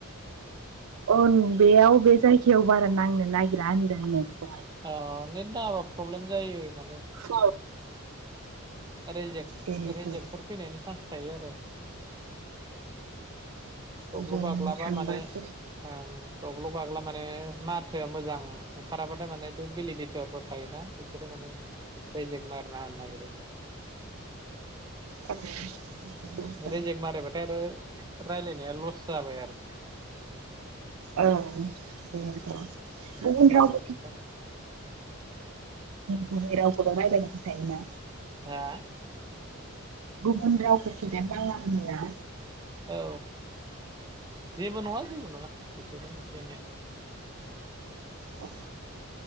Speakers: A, on the right (about 90°); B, on the right (about 20°).
A: औ बेयाव बे जायगायाव बारा नांनो नागिरा होनदों नेटखौहाय
B: अ नेट नाङाबा प्रब्लेम जायो माने
A: औ
B: रेजेक
A: बेनोथ'
B: रेजेकफोर फैनायनि चान्स थायो आरो गावग्ल'
A: अ जों
B: गाग्लाबा
A: थांबासो
B: माने ओं गाव्ल'-गाग्ला माने माथोआ मोजां ओंखाराबाथाय माने बे भेलिडटफोर थायोना बिसोरो माने रेयजेक मारना होनो नागिरो
A: औ बेनोथ'
B: रैजेक मारिबाथाय आरो राय्लायनाया लस जाबाय आरो
A: औ बेनोथ' गुबुन
B: प्रपारलि
A: राव
B: नेट नाङा।
A: गुबै रावखौल' रायज्लायग्रा थायोना
B: हा?
A: गुबुन रावखौ सोदेर नाङा होनोना
B: औ जेबो नङा जेबो नङा बेफोरनो एसे-एनैया
A: अ।